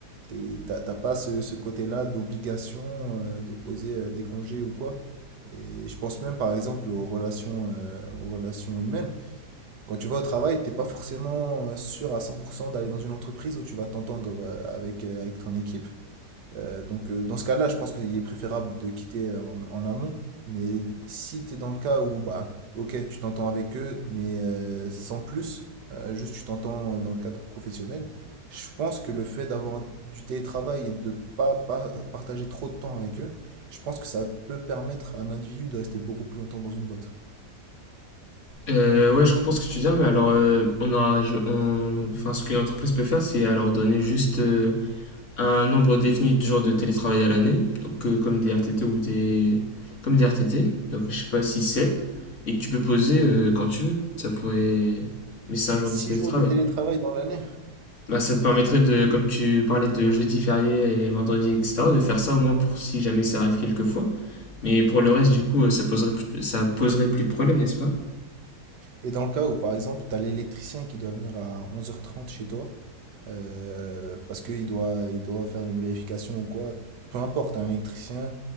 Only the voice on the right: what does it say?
t'es- t'as t'as pas ce, ce côté-là d'obligation euh, de poser euh, des congés ou quoi. Et je pense même par exemple aux relations, euh, aux relations humaines. Quand tu vas au travail, t'es pas forcément euh, sûr à 100% d'aller dans une entreprise où tu vas t'entendre euh, avec, euh, avec ton équipe. Euh, donc euh, dans ce cas-là, je pense qu'il est préférable de quitter en, en amont. Mais si tu es dans le cas où, bah, ok, tu t'entends avec eux, mais euh, sans plus, euh, juste tu t'entends dans le cadre professionnel, je pense que le fait d'avoir un- du télétravail et de pas, pas partager trop de temps avec eux, je pense que ça peut permettre à un individu de rester beaucoup plus longtemps dans une boîte.
Six
jours de télétravail dans l'année.
Et dans le cas où, par exemple, tu as l'électricien qui doit venir à 11h30 chez toi, euh, parce qu'il doit, il doit faire une vérification ou quoi. Peu importe, un électricien